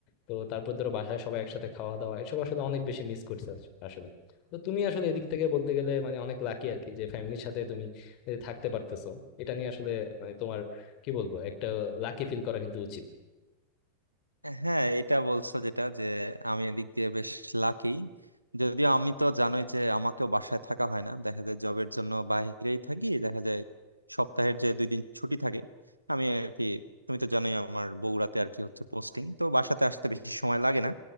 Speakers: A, on the left (about 40°); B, on the right (about 85°).
A: তো তারপর ধরো বাসায় সবাই একসাথে খাওয়া দাওয়া এসব আসলে অনেক বেশি মিস করছে আসলে তো তুমি আসলে এদিক থেকে বলতে গেলে মানে অনেক লাকি আর কি যে ফ্যামিলির সাথে তুমি এ, থাকতে পারতেছো এটা নিয়ে আসলে মানে তোমার কি বলবো একটা লাকি ফিল করা কিন্তু উচিত
B: হ্যাঁ এটা বলছো যেটা যে আমি এদিক দিয়ে বেশ লাকি যদিও আমি তো জানোই যে আমাকেও বাসায় থাকা হয় না দেখা যায় জবের জন্য বাইরেই থাকি দেখা যায় সপ্তাহের যে দুই দিন ছুটি থাকে আমি আর কি তুমি তো জানোই আমার বগুড়াতে আর কি হচ্ছে পোস্টিং তো বাসাতে আসতে বেশি সময় লাগে না